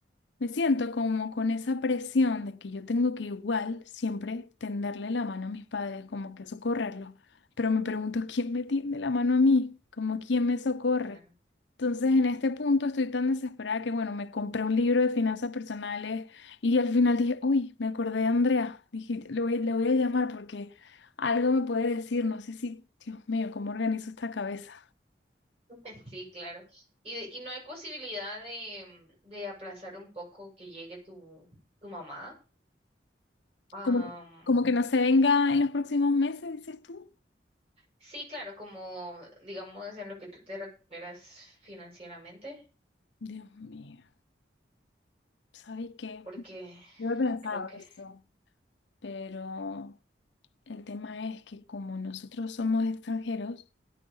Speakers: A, on the left; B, on the right.
A: Me siento como con esa presión de que yo tengo que igual siempre tenderle la mano a mis padres, como que socorrerlos, pero me pregunto quién me tiende la mano a mí, como quién me socorre.
B: claro.
A: Entonces en este punto estoy tan desesperada que bueno, me compré un libro de finanzas personales y al final dije, uy, me acordé de Andrea, dije, le voy, le voy a llamar porque algo me puede decir, no sé si, Dios mío, cómo organizo esta cabeza.
B: <laughs> Sí, claro. ¿Y, de- y no hay posibilidad de, mm, de aplazar un poco que llegue tu, tu mamá? Am,
A: Como, como que no se venga en los próximos meses, dices tú.
B: sí, claro, como digamos en lo que tú te recuperas financieramente,
A: Dios mío, ¿sabes qué?
B: porque
A: Yo he pensado
B: creo que,
A: eso, pero el tema es que como nosotros somos extranjeros